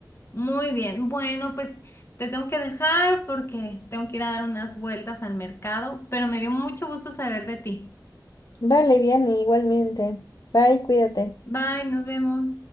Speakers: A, on the left; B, on the left.
A: Muy bien. Bueno, pues te tengo que dejar porque tengo que ir a dar unas vueltas al mercado, pero me dio mucho gusto saber de ti.
B: Vale, Vianney, igualmente. Bye, cuídate.
A: Bye, nos vemos.